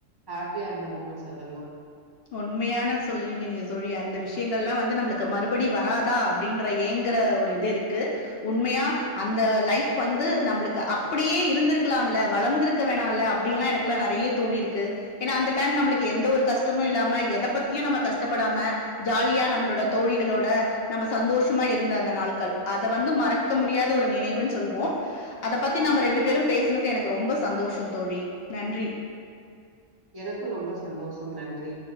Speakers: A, on the right; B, on the left.
A: ஹாப்பியா இருந்த மூமெண்ட்ஸ் அதெல்லா
B: உண்மையான சொல்றீங்க நீங்க தோழி அந்த விஷயங்கள் எல்லா வந்து நம்மளுக்கு மறுபடி வராதா அப்டின்ற ஏங்கற ஒரு இது இருக்கு உண்மையா அந்த லைஃப் வந்து நம்பளுக்கு அப்படியே இருந்திருக்கலாம்ல வளந்திருக் க வேணால அப்டின்ல்லா எனக்கு நெறய தோணி இருக்கு ஏனா அந்த டைம் நம்பளுக்கு எந்த ஒரு கஷ்ட டமு இல்லாம எத பத்தியு நம்ம கஷ்டப்படாம ஜாலியா நம்மளோட தோழிகளோட நம்ம சந்தோஷமா இருந்த அந்த நாள்கள் அத வந்து மறக் க முடியாத ஒரு நினைவுன் சொல்வோ அத பத்தி நாம ரெண்டு பேரும் பேசினது எனக்கு ரொம்ப சந்தோஷம் தோழி நன்றி
A: எனக்கும் ரொம்ப சந்தோஷம் நன்றி